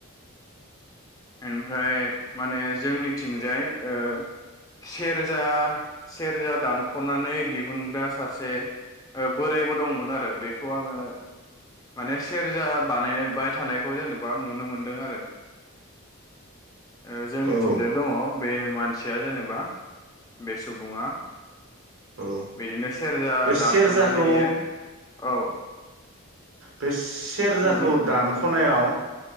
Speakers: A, on the left; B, on the right.
A: ओनफ्राय माने जोंनिथिंजाय ओ सेरजा सेरजा दानख'नानै दिहुनग्रा सासे ओ बोरायबो दंमोन आरो बेखौ आङो माने सेरजा बानाय बाय थानायखौ जेनेबा नुनो मोनदों आरो ओ जोंनिथिंजाय
B: औ
A: दङ। बे मानसिया जेनेबा बे सुबुङा।
B: औ
A: बिदिनो सेरजा
B: बे
A: दानख'नानै
B: सेरजाखौ
A: इयो औ
B: बे सेरजाखौ
A: उम उम
B: दानख'नायाव